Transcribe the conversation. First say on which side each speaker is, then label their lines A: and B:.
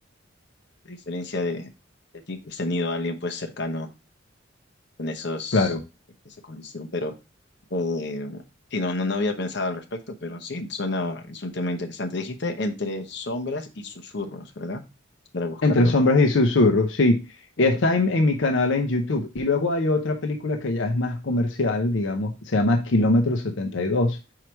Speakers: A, on the left (about 65°); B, on the left (about 90°).
A: a diferencia de, de ti, que has tenido a alguien pues cercano con esos,
B: Claro.
A: esa condición, pero... Eh, sí, no, no, no había pensado al respecto, pero sí, suena, es un tema interesante. Dijiste entre sombras y susurros, ¿verdad? Para buscarlo.
B: Entre sombras y susurros, sí.
A: Bien,
B: Y está
A: perfecto.
B: en, en mi canal en YouTube. Y luego hay otra película que ya es más comercial, digamos, se llama Kilómetro 72.